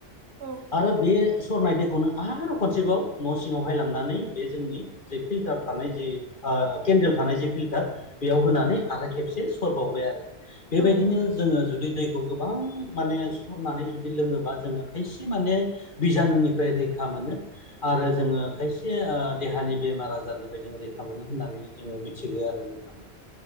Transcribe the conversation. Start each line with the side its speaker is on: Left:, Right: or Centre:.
Right: औ
Left: आरो बे सरनाय दैखौनो आरो खनसेबाव न' सिङावहाय लांनानै बे जोंनि जा फिल्टार थानाय जि ओ केन्देल थानाय जि फिल्टार बेयाव होनानै आराय खेबसे स बावबाय आरो बेबायदिनो
Right: औ
Left: जोङो जुदि दैखौ गो गो बा माने सरनानै जुदि लोङोब्ला जोङो खायसे माने बिज बिजानुनिफ्राय रैखा मोनो आरो
Right: औ
Left: जोङो खायसे ओ देहानि बेमार आजारनिफ्राय जों रैखा मोनो होननानै जोङो मिथिगौ आरो नोंथां